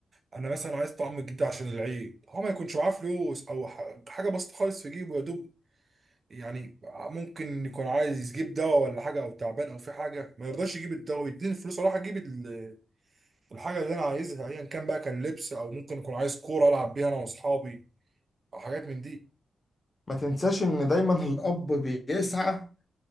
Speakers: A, on the right (about 35°); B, on the left (about 25°).
A: انا مثلا عايز طعم جديد عشان العيد هو ما يكونش معاه فلوس او ح- حاجه بسيطه خالص في جيبه يا دوب يعني ممكن يكون عايز يجيب دواء ولا حاجه او تعبان او في حاجه ما يرضاش يجيب الدواء يديني الفلوس اروح اجيب ال- الحاجه اللي انا عايزها ايا كان بقى كان لبس او ممكن يكون عايز كوره العب بيها انا واصحابي او حاجات من دي
B: ما تنساش إن دايما الأب بيسعى